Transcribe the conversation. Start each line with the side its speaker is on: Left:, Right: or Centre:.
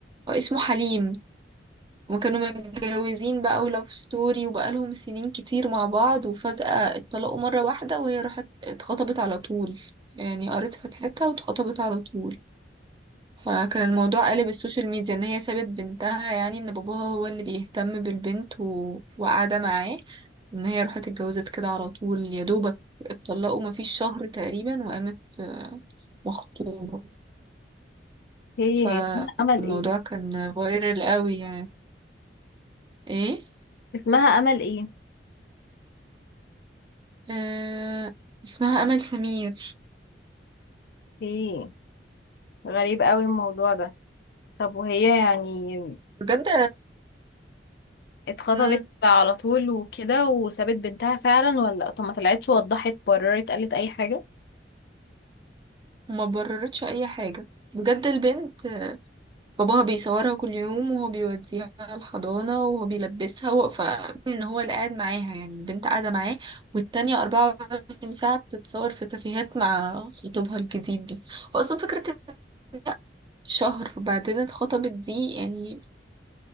Right: هو اسمه حليم وكانوا متجوزين بقى ولاف ستوري وبقالهم سنين كتير مع بعض وفجأة اتطلقوا مرة واحدة وهي راحت اتخطبت على طول يعني قريت فتحتها واتخطبت على طول فكان الموضوع قلب السوشيال ميديا ان هي سابت بنتها يعني ان باباها هو اللي بيهتم بالبنت و... وقاعدة معاه ان هي راحت اتجوزت كده على طول يا دوبك اتطلقوا مفيش شهر تقريبا وقامت مخطوبة
Left: هي
Right: فالموضوع
Left: هي اسمها أمل ايه
Right: كان فايرال قوي يعني ايه
Left: اسمها أمل ايه
Right: آه اسمها أمل سمير
Left: ايه غريب قوي الموضوع ده طب وهي يعني
Right: بجد
Left: اتخطبت
Right: مم.
Left: على طول وكده وسابت بنتها فعلا ولا طب ما طلعتش وضحت بررت قالت اي حاجة
Right: ما بررتش أي حاجة بجد البنت آه، باباها بيصورها كل يوم وهو بيوديها الحضانة وهو بيلبسها و... فإن هو اللي قاعد معاها يعني البنت قاعدة معاه والتانية 24 ساعة بتتصور في كافيهات مع خطيبها الجديد دي وأصلا فكرة إن هي شهر بعدين اتخطبت دي يعني